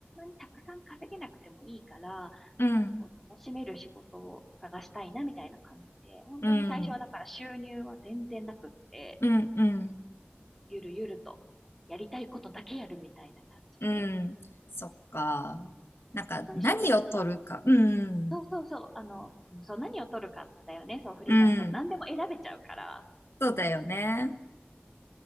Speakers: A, in the centre; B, on the left.
A: たくさん稼げなくてもいいから、
B: うん、
A: なんかこう楽しめる仕事を探したいなみたいな感じで、本当に最初はだから収入は全然なくって、
B: うん、うん、うん、
A: ゆるゆるとやりたいことだけやるみたいな感じで、
B: うん。そっか。
A: でうん
B: なんか何を取るか。
A: 最終的には、
B: うん、
A: そうそうそう、あの、うんそう何を取るかだよね、そうフリーランスは何でも選べちゃうから、
B: うん。そうだよね。